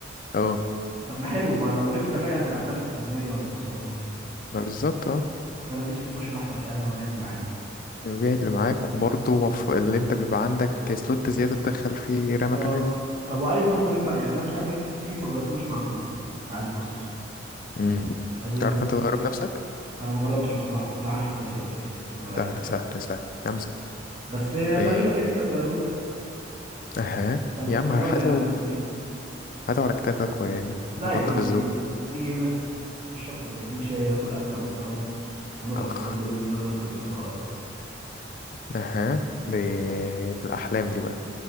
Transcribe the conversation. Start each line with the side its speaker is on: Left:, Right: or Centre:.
Left: اه
Right: طب ما حلو ما لو جبت 8 هتلعب لها في 800 ولا 900
Left: ما بالظبط أه.
Right: فانا اجيب 16 احسن فعلا ما ابيع اللي معايا
Left: جاهد اللي معاك وبرضه وف- اللي انت بيبقى عندك سلوت زيادة تدخل فيه رامة
Right: اه
Left: كمان
Right: طب وعايز برضه اجيب مع يعني انا من ساعه ما جبت البي سي ما غيرتوش مع جوجل بتاع البروسيسور
Left: امم
Right: عايز اجيب
Left: تعرف انت تغير بنفسك
Right: انا ما جربتش بصراحه بس انا عارف الطريقه وشفت كذا واحد
Left: سهل
Right: يعني
Left: سهل سهل يا عم سهل
Right: بس ابقى
Left: ايه
Right: اجيبك انت تغيرهولي
Left: اها
Right: ده انت
Left: يا
Right: تنورني
Left: عم هاته
Right: يا عم في البيت
Left: هاته على كتافك
Right: لا
Left: ونحطه
Right: يا عم
Left: في الزوم
Right: ليه نيجي هنا نشرب كوبايتين شاي وناكل اكله محترمه ونقعد
Left: اخ
Right: نقضي اليوم انا وانت وصوصه والف
Left: اها دي الأحلام دي بقى